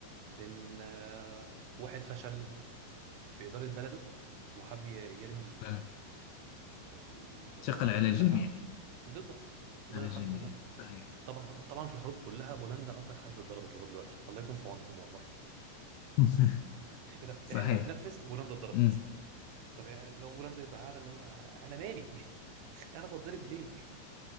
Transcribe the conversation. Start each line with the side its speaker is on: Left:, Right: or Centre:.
Right: بين آه، واحد فشل في إدارة بلده وحب ي- يرمي ال...
Left: آه.
Right: الغلطاته
Left: ثقل على
Right: كلها
Left: الجميع
Right: بالظبط وبدأ
Left: على
Right: الحرب
Left: الجميع
Right: كلها
Left: صحيح
Right: طبعا طبعا في الحروب كلها بولندا أكتر حد اتضربت لغاية دلوقتي الله يكون في عونهم والله
Left: <laughs>
Right: إيه ده؟
Left: صحيح
Right: إحنا بنتنفس بولندا اتضربت
Left: أمم.
Right: طب يعني لو بولندا يبقى قاعدة اللي هو آه، أنا مالي <laughs> أنا بتضرب ليه؟